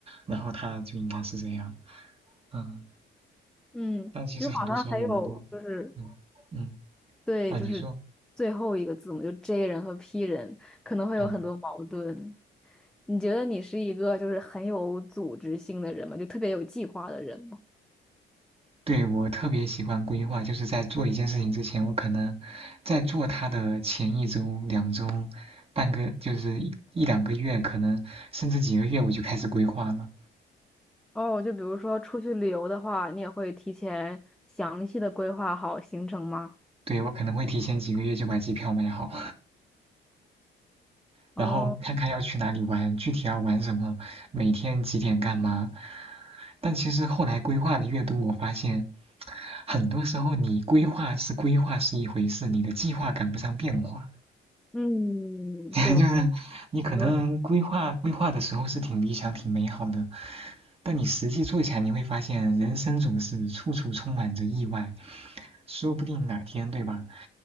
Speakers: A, on the right; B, in the centre.
A: 然后它就应该是这样，嗯，
B: 嗯，
A: 但其实很多时候我们都，
B: 其实网上还有就是
A: 嗯嗯
B: 对，
A: 啊，
B: 就是最后一个字母，
A: 你说，
B: 就 J 人和 P 人可能会有很多矛盾。
A: 嗯，
B: 你觉得你是一个就是很有组织性的人吗？就特别有计划的人吗？
A: 对，我特别喜欢规划，就是在做一件事情之前，我可能在做它的前一周、两周、半个，就是一一两个月，可能甚至几个月，我就开始规划了。
B: 哦，就比如说出去旅游的话，你也会提前详细的规划好行程吗？
A: 对，我可能会提前几个月就把机票买好。然后看看要去哪里玩，
B: 哦，
A: 具体要玩什么，每天几点干嘛。但其实后来规划的越多，我发现很多时候你规划是规划是一回事，你的计划赶不上变化。
B: 嗯，
A: <laughs>
B: 对，
A: 就是你可能规划规划的时候是挺理想、
B: 很多
A: 挺美好的，但你实际做起来，你会发现人生总是处处充满着意外。说不定哪天，对吧？